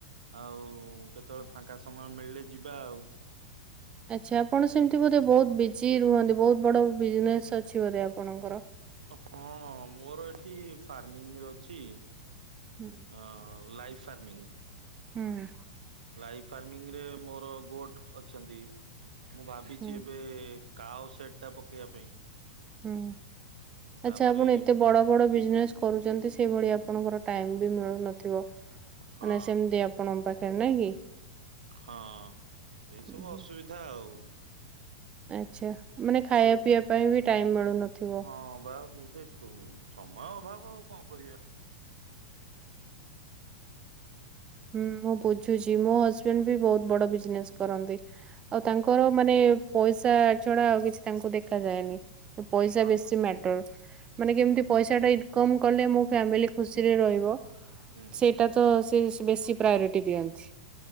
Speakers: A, on the right (about 80°); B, on the right (about 25°).
A: ଆଉ କେତେବେଳେ ଫାଙ୍କା ସମୟ ମିଳିଲେ ଯିବା ଆଉ।
B: ଆଚ୍ଛା। ଆପଣ ସେମିତି ବୋଧେ ବହୁତ ବିଜି ରୁହନ୍ତି। ବହୁତ ବଡ ବିଜନେସ୍ ଅଛି ବୋଧେ ଆପଣଙ୍କର?
A: ହଁ ମୋର ଏଠି ଫାର୍ମିଂରେ ଅଛି।
B: ହୁଁ।
A: ହଁ ଲାଇଫ୍ ଫାର୍ମିଂ।
B: ହୁଁ।
A: ଲାଇଫ୍ ଫାର୍ମିଂରେ ମୋର ଗୋଟ୍ ଅଛନ୍ତି। ମୁଁ ଭାବିଚି
B: ହୁଁ
A: ଏବେ କାଓ ସେଟ୍ ଟା ପକେଇବା ପାଇଁ।
B: ହୁଁ।
A: ଉଁ ତାପରେ
B: ଆଚ୍ଛା ଆପଣ ଏତେ ବଡ ବଡ଼ ବିଜନେସ୍ କରୁଛନ୍ତି। ସେଭଳି ଆପଣଙ୍କର ଟାଇମ୍ ବି ମିଳୁନଥିବ। ମାନେ
A: ହଁ
B: ସେମତି ଆପଣଙ୍କ ପାଖେରେ ନାଇଁ କି?
A: ହଁ ଏଇସବୁ
B: ହୁଁ, ହୁଁ।
A: ଅସୁବିଧା ଆଉ।
B: ଆଚ୍ଛା। ମାନେ ଖାଇବା
A: ସେଇ
B: ପିଇବା ପାଇଁ ବି ଟାଇମ୍ ମିଳୁନଥିବ?
A: ହଁ ବା ମୁଁ ସେ ଯୋଉ ସମୟ ଅଭାବ ଆଉ କଣ କରିବା।
B: ହୁଁ ମୁଁ ବୁଝୁଚି। ମୋ ହଜବେଣ୍ଡ ବି ବହୁତ ବଡ ବିଜନେସ୍ କରନ୍ତି। ଆଉ ତାଙ୍କର ମାନେ ପଇସା ଛଡା ଆଉ କିଛି ତାଙ୍କୁ ଦେଖାଯାଏନି। ପଇସା
A: ଅ
B: ବେଶୀ
A: ହଁ
B: ମ୍ୟାଟର୍। ମାନେ କେମିତି ପଇସା ଟା ଇନକମ୍ କଲେ ମୋ ଫ୍ୟାମିଲି ଖୁସିରେ ରହିବ।
A: ହୁଁ।
B: ସେ ସେଇଟା ତ ସେ ବେଶୀ ପ୍ରାୟୋରିଟି ଦିଅନ୍ତି।